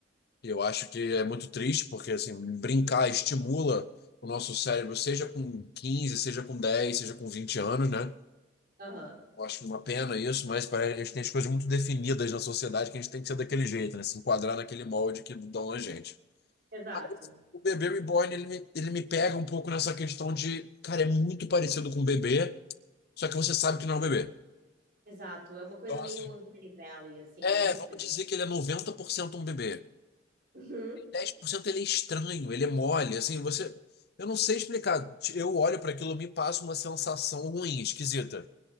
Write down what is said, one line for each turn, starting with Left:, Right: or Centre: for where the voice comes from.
Left: E eu acho que é muito triste, porque assim, brincar estimula o nosso cérebro, seja com 15 seja com 10 seja com 20 anos, né?
Right: Aham.
Left: Eu acho uma pena isso, mas parece, que a gente tem as coisas muito definidas na sociedade que a gente tem que ser daquele jeito, né? Se enquadrar naquele molde que dão a gente.
Right: Exato.
Left: Mas o bebê reborn, ele me, ele me pega um pouco nessa questão de, cara, é muito parecido com um bebê, só que você sabe que não é um bebê.
Right: Exato, é uma coisa
Left: Então,
Right: meio
Left: assim,
Right: Uncanny Valley, assim,
Left: é,
Right: é muito
Left: vamos
Right: estranho.
Left: dizer que ele é 90% um bebê.
Right: Uhum.
Left: dez por cento ele é estranho, ele é mole, assim, você. Eu não sei explicar. Eu olho para aquilo, e me passa uma sensação ruim, esquisita.